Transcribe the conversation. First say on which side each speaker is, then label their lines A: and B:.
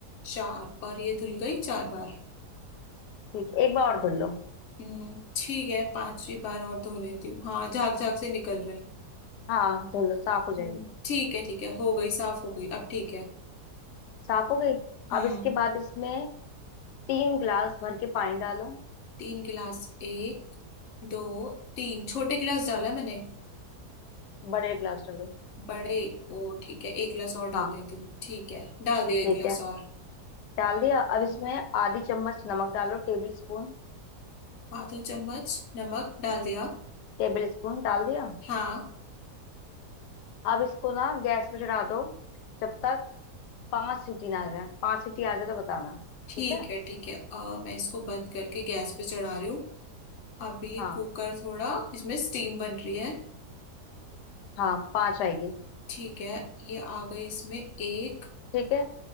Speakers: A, on the left; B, on the left.
A: चार और ये धुल गई चार बार
B: ठीक एक बार और धुल लो
A: हम्म ठीक है पांचवी बार और धो लेती हूँ हाँ झाग झाग से निकल रहे हैं
B: हाँ धुल लो साफ हो जाएगी
A: हम्म, ठीक है ठीक है हो गई साफ हो गई अब ठीक है
B: साफ हो गई
A: हम्म
B: अब इसके बाद इसमें तीन गिलास भर के पानी डालो
A: तीन गिलास एक दो तीन छोटे गिलास डाला मैंने
B: बड़े गिलास डालो
A: बड़े ओ ठीक है एक गिलास और डाल
B: हाँ
A: देती हूँ ठीक है डाल दिया एक
B: ठीक
A: गिलास
B: है
A: और
B: डाल दिया अब इसमें आधी चम्मच नमक डालो टेबल स्पून
A: आधा चम्मच नमक डाल दिया
B: टेबल स्पून डाल दिया
A: हाँ
B: अब इसको ना गैस पे चढ़ा दो जब तक पांच सीटी ना आ जाए पांच सीटी आ जाए तो बताना
A: ठीक
B: ठीक है
A: है ठीक है अ, मैं इसको बंद करके गैस पे चढ़ा रही हूँ अभी
B: हाँ
A: कुकर थोड़ा इसमें स्टीम बन रही है
B: हाँ पांच आएगी
A: ठीक है ये आ गई इसमें एक
B: ठीक है